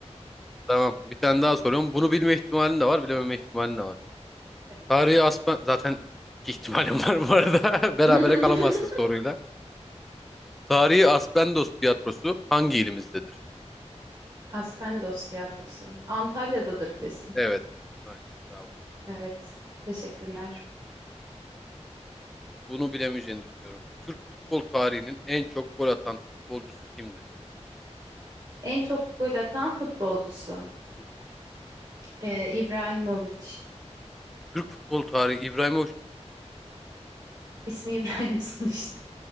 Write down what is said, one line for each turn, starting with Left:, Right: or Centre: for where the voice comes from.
Centre: Tamam. Bir tane daha soruyorum. Bunu bilme ihtimalin de var, bilememe ihtimalin de var.
Right: <laughs> Hadi
Centre: Tarihi
Right: bakalım.
Centre: Aspen... Zaten iki ihtimalim var bu arada. <laughs> Berabere
Right: <laughs>
Centre: kalamazsın soruyla. Tarihi Aspendos tiyatrosu hangi ilimizdedir?
Right: Aspendos Tiyatrosu. Antalya'dadır kesin.
Centre: Evet. Aynen. Bravo.
Right: Evet. Teşekkürler.
Centre: Bunu bilemeyeceğini düşünüyorum. Türk futbol tarihinin en çok gol atan futbolcusu kimdir?
Right: En çok gol atan futbolcusu.
Centre: Hı.
Right: Ee, İbrahimovic.
Centre: Türk futbol tarihi İbrahimovic.
Right: İsmi İbrahim <laughs> sonuçta.